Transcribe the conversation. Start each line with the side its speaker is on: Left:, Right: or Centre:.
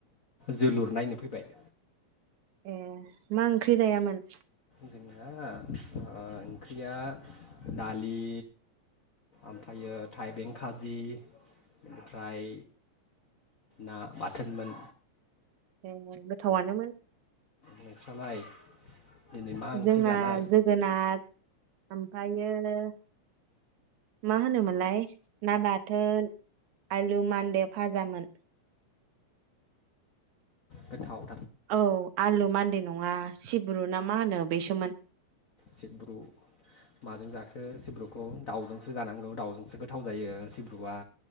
Left: जोलुर नायनो फैबाय।
Right: ए मा ओंख्रि जायामोन?
Left: जोंना ओ ओंख्रिया दालि ओमफायो थाइबें खाजि ओमफ्राय ना बाथोनमोन।
Right: ए गोथावानोमोन।
Left: नोंस्रालाय? दिनै मा ओंख्रि
Right: जोंना
Left: जानाय
Right: जोगोनार ओमफ्रायो मा होनोमोनलाय ना बाथोन आलु मान्दे फाजामोन।
Left: गोथाव।
Right: औ आलु मान्दे नङा सिब सिब्रुु ना मा होनो बेसोमोन।
Left: सिब्रु माजों जाखो सिब्रुखौ दाउजोंसो जानांगौ दाउजोंसो गोथाव जायो सिब्रुआ।